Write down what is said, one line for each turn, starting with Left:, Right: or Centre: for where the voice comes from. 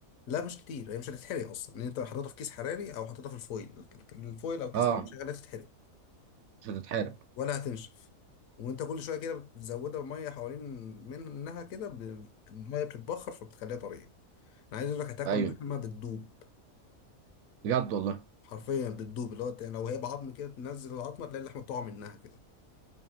Left: لا مش كتير هي مش هتتحرق اصلا لان انت حاططها في كيس حراري او حاططها في الفويل الك- الفويل او كيس
Right: اه
Left: حراري مش هتخليها تتحرق
Right: مش هتتحرق
Left: ولا هتنشف وانت كل شويه كده بتزودها بميه حوالين منها كده ب- الميه بتتبخر فبتخليها طريه انا عايز اقول لك هتاكل
Right: ايوه
Left: لحمه بتدوب
Right: بجد والله
Left: حرفيا بتدوب اللي هو لو هي بعظم كده تنزل العظمه تلاقي اللحمه بتقع منها كده